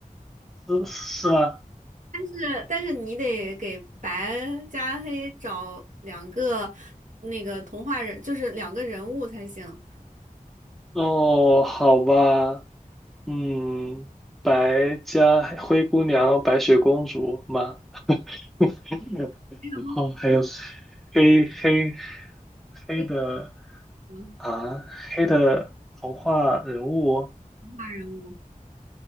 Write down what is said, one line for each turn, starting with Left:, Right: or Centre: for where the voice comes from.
Centre: 是是吗？
Right: 但是但是你得给白加黑找两个那个童话人，就是两个人物才行。
Centre: 哦，好吧，嗯，白加黑灰姑娘、白雪公主吗？<laughs>
Right: 哎呀，
Centre: 然后还有
Right: 忘
Centre: 黑黑黑的。
Right: 记了
Centre: 啊，黑的童话人物，
Right: 童话人物